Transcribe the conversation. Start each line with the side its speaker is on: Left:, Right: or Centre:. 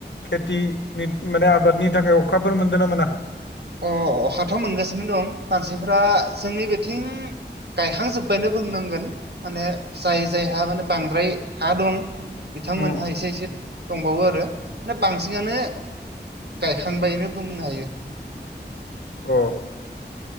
Left: खेथिनि माने आबादनि थाखाय अखाफोर मोनदों ना मोना
Right: अ अखाथ' मोनगासिनो दं मानसिफ्रा जोंनि बिथिं गायखांजोब्बायनो बुंनांगोन माने जाय जायहा माने बांद्राय हा दं बिथांमोनहा
Left: उम
Right: एसे एसे दंबावो आरो माने बांसिनानो गायखांबायनो बुंनो हायो
Left: अ